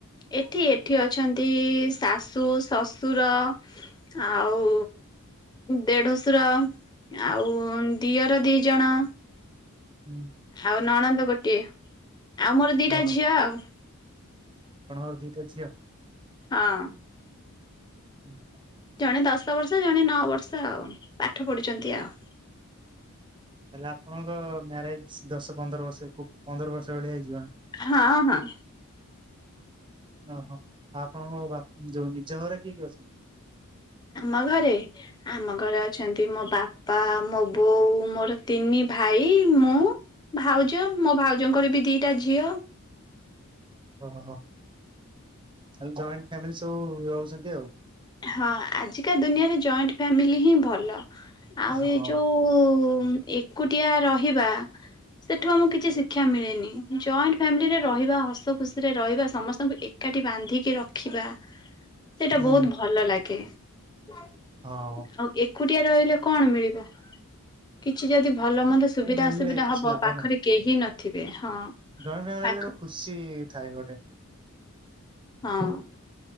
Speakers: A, on the left; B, on the right.
A: ଏଠି ଏଠି ଅଛନ୍ତି, ଶାଶୁ ଶଶୁର ଆଉ ଦେଢଶୁର, ଆଉ ଦିଅର ଦି ଜଣ।
B: ହୁଁ।
A: ଆଉ ନଣନ୍ଦ ଗୋଟିଏ, ଆଉ ମୋର ଦିଟା
B: ଓହୋ
A: ଝିଅ ଆଉ।
B: ଆପଣଙ୍କର ଦିଟା ଝିଅ?
A: ହଁ।
B: <unintelligible>
A: ଜଣେ ଦଶ ବର୍ଷ, ଜଣେ ନଅ ବର୍ଷ ଆଉ, ପାଠ ପଢୁଚନ୍ତି ଆଉ।
B: ତାଲେ ଆପଣଙ୍କ ମ୍ୟାରେଜ, ଦଶ ପନ୍ଦର ବର୍ଷ, ପନ୍ଦର ବର୍ଷ ଭଳିଆ ହେଇଯିବଣି?
A: ହଁ ହଁ।
B: ଓହୋ, ଆଉ ଆପଣଙ୍କ ବାପ୍, ଯୋଉ ନିଜ ଘରେ କିଏ କିଏ ଅଛନ୍ତି?
A: ଆମ ଘରେ ଆମ ଘରେ ଅଛନ୍ତି ମୋ ବାପା, ମୋ ବୋଉ, ମୋର ତିନି ଭାଇ, ମୁଁ। ଭାଉଜ, ମୋ ଭାଉଜଙ୍କର ବି ଦିଟା ଝିଅ।
B: ଓହୋ, ଆଉ ଜଏଣ୍ଟ ଫ୍ୟାମିଲି ସବୁ ରହୁଚନ୍ତି ଆଉ।
A: ହଁ, ଆଜିକା ଦୁନିଆରେ ଜଏଣ୍ଟ ଫାମିଲି ହିଁ ଭଲ, ଆଉ
B: ହଁ।
A: ଏ ଯୋଉ ଏକୁଟିଆ ରହିବା ସେଠୁ ଆମକୁ କିଛି ଶିକ୍ଷା ମିଳେନି, ଜଏଣ୍ଟ ଫ୍ୟାମିଲିରେ ରହିବା, ହସ ଖୁସିରେ ରହିବା, ସମସ୍ତଙ୍କୁ ଏକ୍ ଏକାଠି ବାନ୍ଧିକି ରଖିବା।
B: <inaudible>
A: ସେଇଟା
B: ହୁଁ
A: ବହୁତ ଭଲ ଲାଗେ, ଆଉ
B: ହଁ
A: ଏକ୍ ଏକୁଟିଆ ରହିଲେ କଣ ମିଳିବ? କିଛି ଯଦି ଭଲ ମନ୍ଦ ସୁବିଧା
B: ସେ ମିଳିଲେ
A: ଅସୁବିଧା
B: କିଛି
A: ହବ,
B: ଲାଭ
A: ପାଖରେ
B: ନାହିଁ
A: କେହି ନଥିବେ, ହଁ
B: ଜଏଣ୍ଟ ଫ୍ୟାମିଲି ହେଲେ
A: ପାଖ
B: ଗୋଟେ ଖୁସି ଥାଏ ଗୋଟେ।
A: ହଁ।